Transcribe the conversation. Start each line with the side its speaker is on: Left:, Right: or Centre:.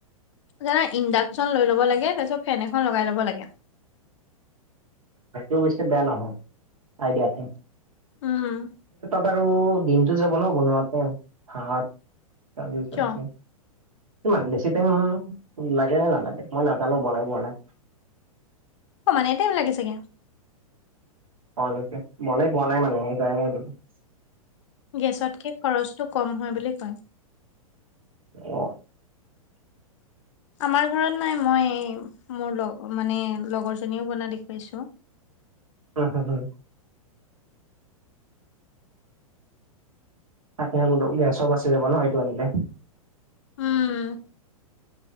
Left: জানা ইণ্ডাকচন লৈ ল'ব লাগে তাৰপিছত ফেন এখন লগাই ল'ব লাগে
Right: সেইটো অৱশ্যে বেয়া নহয় আইডিয়াটো
Left: উম
Right: বাৰু দিনটো যাব ন বনোৱাতে ভাত দালি চবজি
Left: কিয়
Right: ইমান বেছি টাইম লাগে নে নালাগে মই নাজানো বনাই পোৱা নাই <inaudible>
Left: সমানে টাইম লাগে চাগে
Right: অলঅকে বনাই পোৱা নাই মানে সেইকাৰণে সুধিছো
Left: গেছতকে খৰচটো কম হয় বুলি কয়
Right: অহ
Left: আমাৰ ঘৰত নাই মই মোৰ লগ মানে লগৰ জনীও বনা দেখুৱাইছো
Right: উম হম হম তাকে বোলো গেছো বাচি যাবা ন এইটো আনিলে
Left: উম